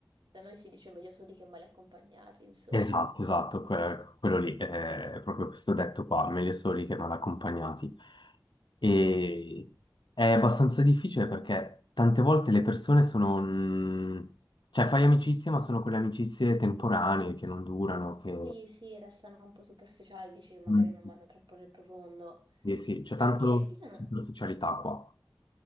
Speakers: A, on the right; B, on the left.
A: Da noi si dice meglio soli che male accompagnati, insomma.
B: Esatto, esatto, que- quello lì, eh, è proprio questo detto qua, meglio soli che mal accompagnati. E è abbastanza difficile perché tante volte le persone sono... mm, cioè fai amicizie, ma sono quelle amicizie temporanee che non durano, che...
A: Sì, sì, restano un po' superficiali, dici che magari
B: Mm.
A: non vanno troppo nel profondo.
B: Sì, sì, c'è tanto
A: Perché io no-
B: superficialità qua.